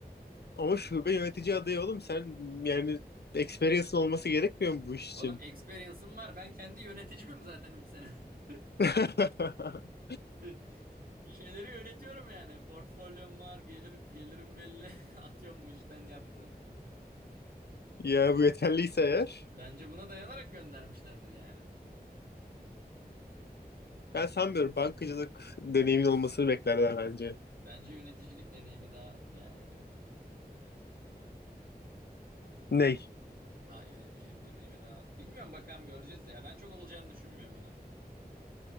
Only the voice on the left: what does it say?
Ama şube yönetici adayı oğlum sen yani experience'ın olması gerekmiyor mu bu iş
için?
<laughs>
Ya bu yeterliyse eğer
ben sanmıyorum bankacılık deneyimin olmasını beklerler bence.
Ney?